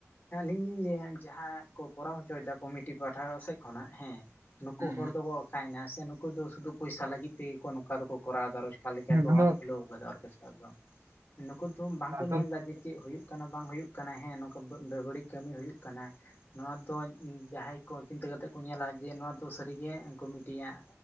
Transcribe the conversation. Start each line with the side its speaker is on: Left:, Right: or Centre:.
Left: ᱟᱞᱤᱧ ᱞᱤᱧ ᱞᱟᱹᱭᱟ ᱡᱟᱦᱟᱸ ᱠᱚ ᱠᱚᱨᱟᱣ ᱦᱚᱪᱚᱭᱫᱟ ᱠᱚᱢᱤᱴᱤ ᱯᱟᱦᱟᱴᱟ ᱥᱮᱫ ᱠᱷᱚᱱᱟᱜ ᱦᱮᱸ ᱱᱩᱠᱩ
Right: ᱦᱩᱸ
Left: ᱦᱚᱲ ᱫᱚᱠᱚ ᱠᱟᱭᱱᱟ ᱥᱮ ᱱᱩᱠᱩ ᱫᱚ ᱥᱩᱫᱩ ᱯᱚᱭᱥᱟ ᱞᱟᱹᱜᱤᱫ ᱛᱮᱜᱮᱠᱚ ᱱᱚᱝᱠᱟ ᱫᱚᱠᱚ ᱠᱚᱨᱟᱣᱮᱫᱟ ᱨᱚᱡᱽᱠᱟᱨ ᱞᱮᱠᱟ
Right: ᱦᱩᱸ
Left: ᱠᱚ
Right: ᱦᱩᱸ ᱟᱫᱚ
Left: ᱠᱷᱩᱞᱟᱹᱣ ᱟᱠᱟᱫᱟ ᱟᱨ ᱜᱮᱥᱴᱟᱨ ᱫᱚ ᱱᱩᱠᱩ ᱫᱚ ᱵᱟᱝᱠᱚ
Right: ᱟᱫᱚ
Left: ᱧᱮᱞ ᱫᱟ ᱡᱮ ᱪᱮᱫ ᱦᱩᱭᱩᱜ ᱠᱟᱱᱟ ᱵᱟᱝ ᱦᱩᱭᱩᱜ ᱠᱟᱱᱟ ᱦᱮᱸ ᱱᱚᱝᱠᱟ ᱜᱮ ᱵᱟᱹᱲᱤᱡ ᱠᱟᱹᱢᱤ ᱦᱩᱭᱩᱜ ᱠᱟᱱᱟ ᱱᱚᱣᱟ ᱫᱚ ᱡᱟᱦᱟᱸᱭ ᱠᱚ ᱪᱤᱱᱛᱟᱹ ᱠᱟᱛᱮᱜ ᱠᱚ ᱧᱮᱞᱟ ᱡᱮ ᱱᱚᱣᱟ ᱛᱚ ᱥᱟᱹᱨᱤᱜᱮ ᱠᱩᱢᱤᱴᱤᱭᱟᱜ